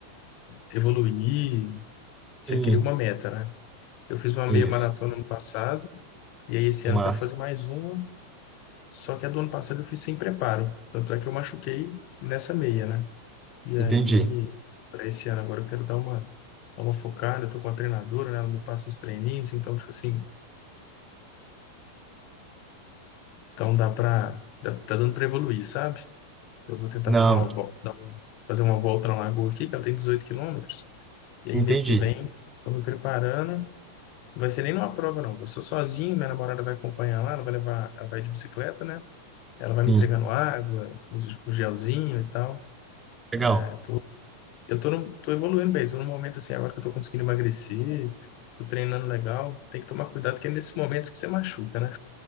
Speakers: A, on the left; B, on the right.
A: Evoluir, você
B: Sim,
A: cria uma meta, né? Eu fiz uma meia
B: isso.
A: maratona ano passado, e aí esse
B: Mas
A: ano eu quero fazer mais uma, só que a do ano passado eu fiz sem preparo. Tanto é que eu machuquei nessa meia, né? E aí,
B: entendi.
A: para esse ano agora eu quero dar uma, dar uma focada, eu tô com a treinadora, né? Ela me passa uns treininhos, então, tipo assim, então dá pra, dá, tá dando pra evoluir, sabe? Eu vou tentar
B: Não,
A: fazer uma, vol- dar um- fazer uma volta na Lagoa aqui, que ela tem 18 quilômetros. E aí,
B: entendi.
A: mês que vem, estou me preparando. Não vai ser nem numa prova, não. Eu sou sozinho, minha namorada vai acompanhar lá, ela vai levar, ela vai de bicicleta, né? Ela vai me
B: Sim.
A: entregando água, os- o gelzinho e tal.
B: Legal.
A: É, tô, eu tô, num- tô evoluindo bem, tô num momento assim, agora que eu tô conseguindo emagrecer, tô treinando legal. Tem que tomar cuidado, que é nesses momentos que você machuca, né?